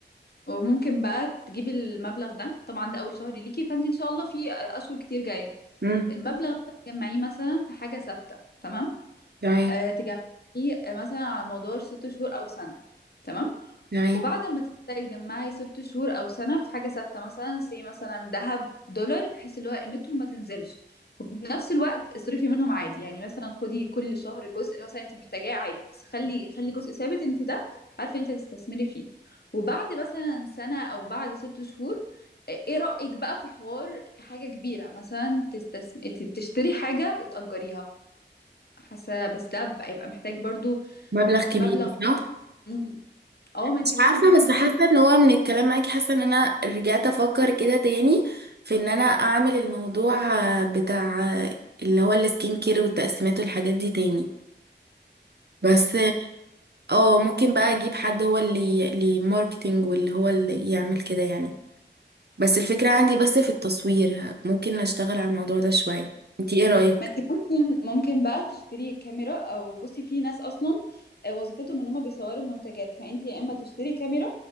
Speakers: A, on the left (about 55°); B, on the right (about 60°).
A: وممكن بقى تجيبي المبلغ ده طبعا ده اول شهر ليكي فانت ان شاء الله في اشهر كتير جايه
B: مم.
A: المبلغ ده تجمعيه مثلا في حاجه ثابته تمام
B: تمام
A: آه تجمعيه مثلا على مدار ست شهور او سنه تمام
B: تمام
A: وبعد ما تبداي تجمعي ست شهور او سنه في حاجه ثابته مثلا سي مثلا ذهب دولار بحيث اللي هو قيمتهم ما تنزلش وفي نفس الوقت اصرفي منهم عادي يعني مثلا خدي كل شهر جزء مثلا انت محتاجاه عادي بس خلي خلي جزء ثابت انت ده عارفه انت تستثمري فيه وبعد مثلا سنه او بعد ست شهور ايه رايك بقى في حوار حاجه كبيره مثلا تستثم... ت- تشتري حاجه وتاجريها حاسه بس ده هيبقى محتاج برضو
B: مبلغ كبير
A: مبلغ
B: صح
A: مم. اه ما انت
B: مش
A: مثلا
B: عارفة
A: ممكن
B: بس
A: تاخدي
B: حاسة ان هو من الكلام معاكي حاسة ان انا رجعت افكر كده تاني في ان انا اعمل الموضوع آه، بتاع آه، اللي هو السكين كير والتقسيمات والحاجات دي تاني بس اه ممكن بقى اجيب حد هو اللي اللي ماركتينج واللي هو اللي يعمل كده يعني بس الفكرة عندي بس في التصوير ه- ممكن اشتغل على الموضوع ده شوية انتي ايه رأيك
A: ما انتي ممكن ممكن بقى تشتري كاميرا او بصي في ناس اصلا آه، وظيفتهم ان هم بيصوروا منتجات فانت يا اما تشتري كاميرا